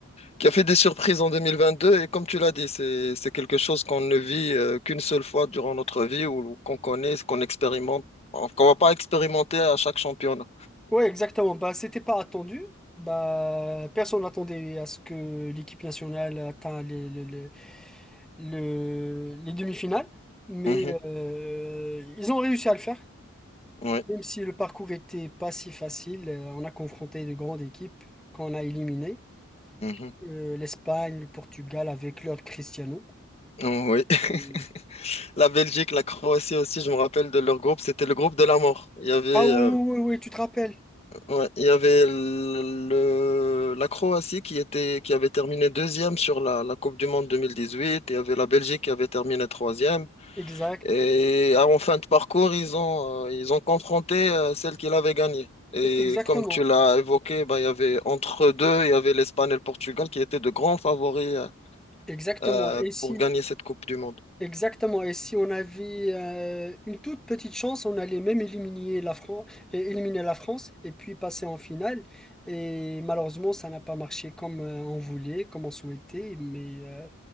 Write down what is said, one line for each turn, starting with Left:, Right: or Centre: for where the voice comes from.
Left: qui a fait des surprises en 2022. Et comme tu l'as dit, c'est, c'est quelque chose qu'on ne vit euh, qu'une seule fois durant notre vie ou, ou qu'on connaît, qu'on expérimente, enfin, qu'on va pas expérimenter à chaque championnat.
Centre: Ouais, exactement. Bah, c'était pas attendu. Bah, personne n'attendait à ce que l'équipe nationale atteigne les, les, les- le- les demi-finales. Mais
Left: Mhm,
Centre: euh, ils ont réussi à le faire.
Left: oui,
Centre: Même si le parcours était pas si facile, euh, on a confronté de grandes équipes qu'on a éliminées.
Left: mhm,
Centre: euh, l'Espagne, le Portugal avec leur Cristiano.
Left: oui. <laughs>
Centre: Euh,
Left: La Belgique, la Croatie aussi, je me rappelle de leur groupe, c'était le groupe de la mort. Il y avait, euh,
Centre: Ah oui, oui, oui, oui, tu te rappelles.
Left: Ouais, il y avait le, la Croatie qui était, qui avait terminé deuxième sur la, la Coupe du Monde 2018. Il y avait la Belgique qui avait terminé troisième.
Centre: Exact.
Left: Et ah, en fin de parcours, ils ont, euh, ils ont confronté euh, celle qui l'avait gagnée. Et
Centre: E- Exactement.
Left: comme tu l'as évoqué, bah, il y avait entre deux, il y avait l'Espagne et le Portugal qui étaient de grands favoris euh,
Centre: Exactement.
Left: euh,
Centre: Et si,
Left: pour gagner cette Coupe du Monde?
Centre: exactement. Et si on avait euh, une toute petite chance, on allait même éliminer la France, éliminer la France et puis passer en finale. Et malheureusement, ça n'a pas marché comme euh, on voulait, comme on souhaitait. Mais euh,